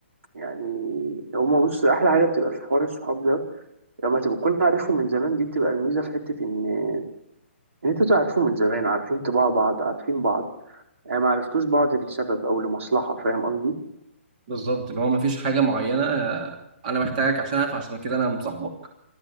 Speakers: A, on the right (about 80°); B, on the right (about 35°).
A: يعني هما بص احلى حاجه بتبقى في حوار الصحاب ده لما تبقى تكون عارفهم من زمان دي بتبقى الميزه في حته ان ان انتوا تعرفوا من زمان عارفين طباع بعض عارفين بعض آه، ما عرفتوش بعض لسبب او لمصلحه فاهم قصدي
B: بالظبط اللي هو مفيش حاجة معينة آه، أنا محتاجك عشان أعرف عشان كده أنا مصاحبك